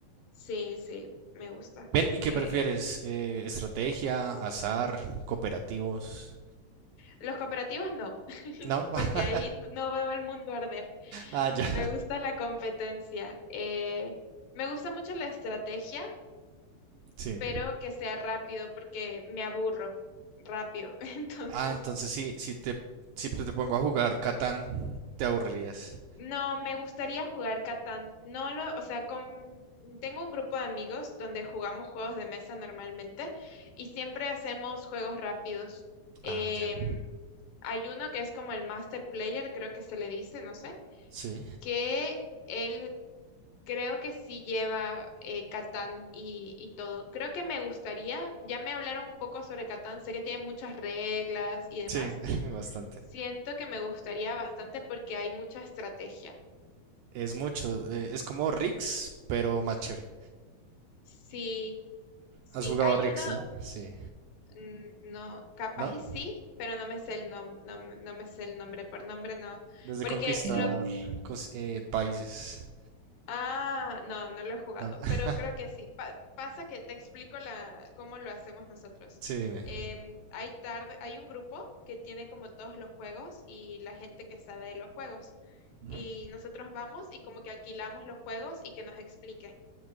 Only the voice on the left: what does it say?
Sí, sí, me gusta.
Eh,
Los cooperativos no, <laughs>
porque ahí no no veo el mundo arder.
Me gusta la competencia. eh, me gusta mucho la estrategia,
pero que sea rápido porque me aburro rápido. <laughs> Entonces,
no, me gustaría jugar Catán. No lo, o sea, con, tengo un grupo de amigos donde jugamos juegos de mesa normalmente y siempre hacemos juegos rápidos. Em,
hay uno que es como el Master Player, creo que se le dice, no sé,
que él Creo que sí lleva eh, Catán y, y todo. Creo que me gustaría, ya me hablaron un poco sobre Catán, sé que tiene muchas reglas y demás.
Siento que me gustaría bastante porque hay mucha estrategia.
Sí, sí,
hay
uno,
mm, no, capaz
y sí, pero no me sé el nom- no, me no me sé el nombre, por nombre no.
Porque
lo
Ah, no, no lo he jugado,
pero creo que sí. Pa- pasa que te explico la, cómo lo hacemos nosotros.
Em, hay tarde, hay un grupo que tiene como todos los juegos y la gente que sabe de los juegos.
Y nosotros vamos y como que alquilamos los juegos y que nos expliquen.